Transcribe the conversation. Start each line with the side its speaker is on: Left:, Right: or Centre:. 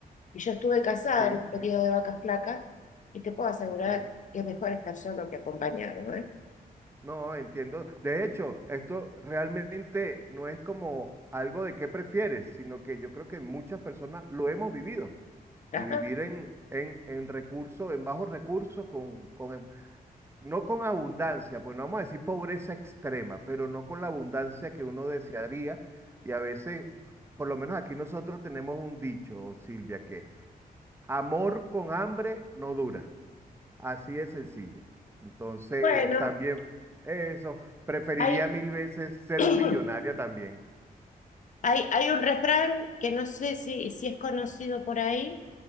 Left: y yo estuve casada
Right: sí,
Left: en un periodo
Right: sí,
Left: de vacas flacas, y te puedo asegurar
Right: ok.
Left: que es mejor estar solo que acompañado, ¿eh?
Right: No, entiendo. De hecho, esto realmente no es como algo de qué prefieres, sino que yo creo que muchas personas lo hemos vivido, de
Left: <laughs>
Right: vivir en, en, en recursos, en bajos recursos, con, con, em- no con abundancia, pues no vamos a decir pobreza extrema, pero no con la abundancia que uno desearía. Y a veces, por lo menos aquí nosotros tenemos un dicho, Silvia, que amor con hambre no dura. Así de sencillo. Entonces,
Left: Bueno,
Right: también eso, preferiría
Left: hay,
Right: mil veces ser
Left: <clears throat>
Right: un millonario también.
Left: hay, hay un refrán que no sé si, si es conocido por ahí,